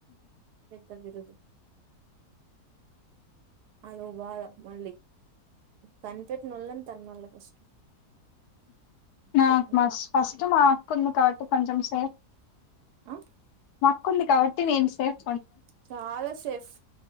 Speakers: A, on the right (about 80°); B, on the left (about 75°).
A: పగిరదు అధో బాధ మళ్ళీ కనిపెట్నోలని తన్నళ్ల ఫస్ట్
B: నాక్
A: పెట్టిన
B: మాస్ ఫస్ట్ మా అక్క ఉంది కాబట్టి కొంచెం సేఫ్
A: ఆ
B: అక్కుంది కాబట్టి నేను సేప్
A: చాలా సేఫ్